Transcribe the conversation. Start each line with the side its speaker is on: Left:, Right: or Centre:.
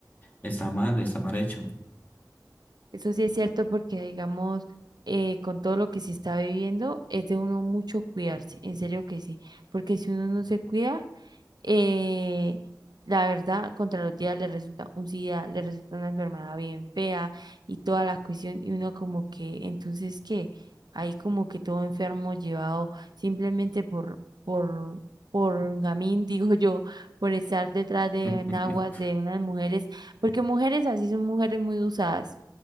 Left: está mal, está mal hecho.
Right: Eso sí es cierto porque, digamos, eh, con todo lo que se está viviendo, es de uno mucho cuidarse, en serio que sí, porque si uno no se cuida, eh, la verdad, contra los días le resulta un SIDA, le resulta una enfermedad bien fea y toda la cuestión, y uno como que, entonces, ¿qué? Ahí como que todo enfermo llevado simplemente por, por, por gamín, <laughs> digo yo, por estar detrás de
Left: <laughs>
Right: enaguas de unas mujeres, porque mujeres así son mujeres muy usadas.